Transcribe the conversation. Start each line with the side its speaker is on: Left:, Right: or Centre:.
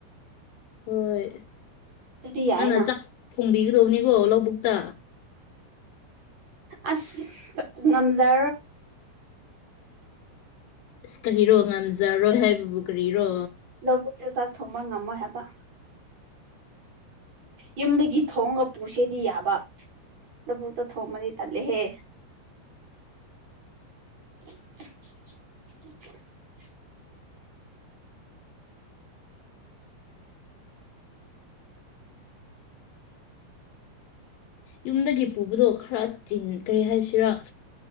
Left: ꯍꯣꯏ
Right: ꯑꯗꯨꯗꯤ ꯌꯥꯏꯅ
Left: ꯅꯪꯅ ꯆꯥꯛ ꯊꯣꯡꯕꯤꯒꯗꯧꯅꯤꯀꯣ ꯂꯧꯕꯨꯛꯇ
Right: ꯑꯁ ꯉꯝꯖꯥ
Left: ꯑꯁ ꯀꯔꯤꯔꯣ ꯉꯝꯖꯔꯣꯏ ꯍꯥꯏꯕꯕꯨ ꯀꯔꯤꯔꯣ
Right: ꯂꯕꯨꯇ ꯆꯊꯣꯃ ꯉꯃ ꯇ ꯌꯨꯝꯗꯒꯤ ꯊꯣꯡꯉ ꯄꯨꯁꯦꯗꯤ ꯌꯥꯕ ꯂꯕꯨꯛꯇ ꯊꯣꯡꯃꯗꯤ ꯇꯜꯂꯦꯍꯦ
Left: <unintelligible>
Right: ꯦ
Left: ꯌꯨꯝꯗꯒꯤ ꯄꯨꯕꯗꯣ ꯈꯔ ꯆꯤꯟ ꯀꯔꯤ ꯍꯥꯏꯁꯤꯔꯥ